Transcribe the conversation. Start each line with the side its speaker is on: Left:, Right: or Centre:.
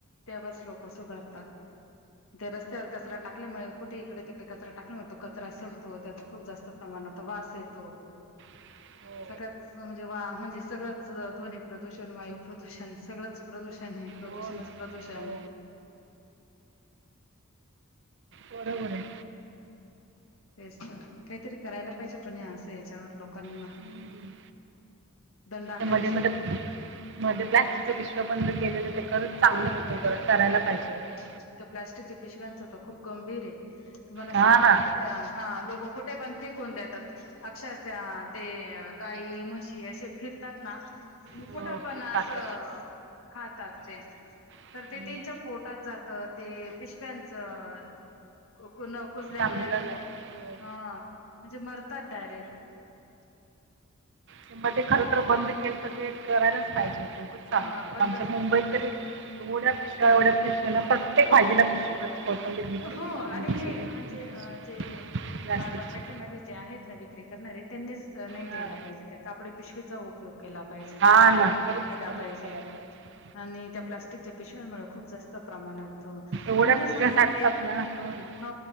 Left: तेव्हाच लोक सुधारतात. दे रस्त्यावर कचरा टाकल्यामुळ कुठं इकडं तिकडे कचरा टाकला होतो. कचरा सडतो त्याचं खूप जास्त प्रमाणात वास येतो.
Right: <unintelligible>
Left: सगळ्याच म्हणजे वा म्हणजे सगळंच ध्वनी प्रदूषण वायू प्रदूषण सगळंच, प्रदूषण हे प्रदूषणच
Right: हो ना
Left: प्रदूषण.
Right: हो बरोबर आहे.
Left: तेच तर काहीतरी करायला पाहिजे पण असं याच्यावर लोकांना.
Right: हम्म.
Left: दंड आकारल्याशिवाय
Right: मध्ये मध्ये मध्ये प्लास्टिकच्या पिशव्या बंद केलेल्या त्या परत, चांगलं
Left: खूप
Right: होतं बरं करायला पाहिजे
Left: खूप
Right: होतं.
Left: त्या प्लास्टिकच्या पिशव्यांचं खूप गंभीर आहे तुम्हाला सांगते,
Right: हा ना
Left: हा लोक कुठे पण फेकून देतात. अक्षरशा ते गाई म्हशी असे फिरतात ना,
Right: हो
Left: कुठं पण
Right: ते
Left: असं
Right: टाकत
Left: खातात. तर
Right: हम्म.
Left: ते त्यांच्या पोटात जात ते पिशव्यांचं अ, न कुजल्यामुळं
Right: चांगलं नाही हो
Left: हा म्हणजे मरतात डायरेक्ट.
Right: ते मध्ये खरं तर बंद केलत ते करायलाच पाहिजे हो खूपच चालू
Left: हा
Right: केलतं
Left: बंद
Right: आमच्या
Left: करायला
Right: मुंबईत तरी एवढ्या पिशव्या
Left: हम्म
Right: एवढ्या पिशव्याना प्रत्येक भाजीला पिशवी प्रते कोथिंबीर घेतली
Left: हो आणि हे म्हणजे अ
Right: <inaudible>
Left: जे
Right: प्लास्टिकचे
Left: बाजारपेठेमध्ये जे आहेत ना विक्री करणारे त्यांनीच नाही
Right: हां
Left: द्यायला पाहिजे त्या कापडी पिशवीचा उपयोग, केला पाहिजे
Right: हां ना
Left: वापर
Right: खरंच
Left: केला
Right: खरंच
Left: पाहिजे.
Right: करायला पाहिजे
Left: आणि त्या प्लास्टिकच्या पिशव्यामुळे खूप जास्त प्रमाणात
Right: एवढ्या
Left: तुम्हाला सांगते,
Right: <unintelligible>
Left: हो